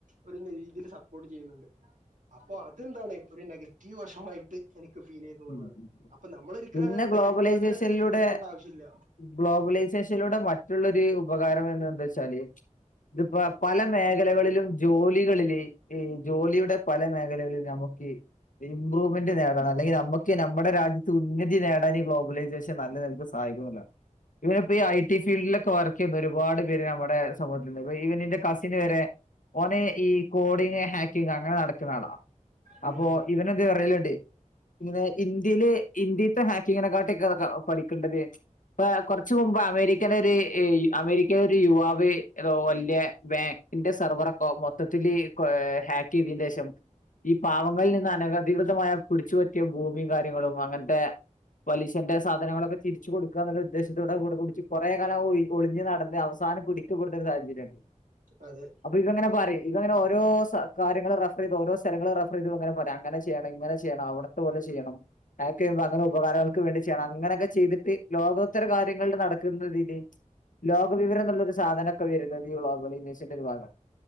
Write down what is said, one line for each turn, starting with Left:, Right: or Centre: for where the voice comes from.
Right: ഒര് നെയ്തില് സപ്പോർട്ട് ചെയ്യുന്നുണ്ട് അപ്പൊ അതെന്താണ് ഒര് നെഗറ്റീവ് വശമായിട്ട് എനിക്ക് ഫീലെയ്തു ന്നുള്ളതാണ്
Left: ഉം, ഉം, ഉം.
Right: അപ്പം ന്നമ്മള് ഒരിക്കലും
Left: പിന്നെ
Right: അങ്ങനൊര്
Left: ഗ്ലോബലൈസേഷനിലൂടെ
Right: ബേക്ക് വാഡ്നസ് ഫീലെജ്ജേണ്ട ആവശ്യല്ല
Left: ഗ്ലോബലൈസേഷനിലൂടെ മറ്റുള്ളരു ഉപകാരം എന്ന് എന്ത്ച്ചാല് ഇത്പ്പോ പല മേഖലകളിലും ജോലികളില് ഈ ജോലിയുടെ പല മേഖലകളിലും നമുക്കി ഇമ്പ്രൂവ്മെന്റ് നേടണം എല്ലെങ്കി നമുക്ക് നമ്മുടെ രാജ്യത്ത് ഉന്നതി നേടാന് ഈ ഗ്ലോബലൈസേഷൻ നല്ല നൽക്ക് സഹായിക്കുന്നില്ല ഇവരി പ്പൊ ഈ ഐ ടി ഫീൽഡിലൊക്കെ വർക്ക് ചെയ്യുന്ന ഒരുപാട് പേര് നമ്മുടെ സമൂഹത്തില്ണ്ട് ഇപ്പം ഈ പെണ്ണിന്റെ കസിന് വെരെ ഓന് ഈ കോഡിങ് ഹാക്കിങ് അങ്ങനെ നടക്ക്ണ ആളാ
Right: ഉം
Left: അപ്പൊ
Right: ഉം
Left: ഇവനെന്ത് പറയല്ണ്ട് ഇങ്ങനെ ഇന്ത്യല് ഇന്ത്യത്തെ ഹാക്കിങ്ങിനെക്കാട്ടിക്കെ പഠിക്കണ്ടല്ലേ ഇപ്പൊ കൊറച്ച് മുമ്പാ ഒരിക്കലൊര് ഈ അമേരിക്കേല് ഒര് യുവാവ് എതോ വല്ല്യ ബാങ്കിന്റെ സർവറൊക്കോ മൊത്തത് തിലീ ഹാക്ക് ചെയ്തേന്റെഷം ഈ പാവങ്ങളിൽ നിന്ന് അനകധികൃതമായ പിടിച്ച് പറ്റ് ക്യ ഭൂമിം കാര്യങ്ങളും അങ്ങൻത്തെ പലിശന്റെ സാധനങ്ങളൊക്കെ തിരിച്ച് കൊട്ക്കാന്നുള്ള ഉദ്ദേശത്തോടെ കൊടപിടിച്ച് കൊറേ കാലം ഒഴ് ഒളിഞ്ഞ് നടന്ന് അവസാനം പിടിക്ക പെട്ന്നൊര് സാഹചര്യണ്ട്
Right: അതെ
Left: അപ്പൊ ഇതുഅങ്ങനെ പറിം ഇതുഅങ്ങനെ ഓ രോ സ കാര്യങ്ങള് റഫറെയ്ത് ഓരോ സ്ഥലങ്ങൾ റഫറെയ്ത് അങ്ങനെപറിം അങ്ങനെ ചെയ്യണം ഇങ്ങനെ ചെയ്യണം അവ്ടെ ങന ചെയ്യണം ഹാക്ക് എയ്യുബോ അങനെ ഉപകാരൾ ങ്ങക്ക് വേണ്ടി ചെയ്യണം അങ്ങനൊക്കെ ചെയ്തിട്ട് ലോകോത്തര കാര്യങ്ങളില് നടക്ക്ന്നതിന് ലോകവിവരം ന്ന്ള്ളൊരു സാധനം ക്ക വെര്ന്നത് ഗ്ലോബലൈസേഷൻ്റൊര് ഭാഗ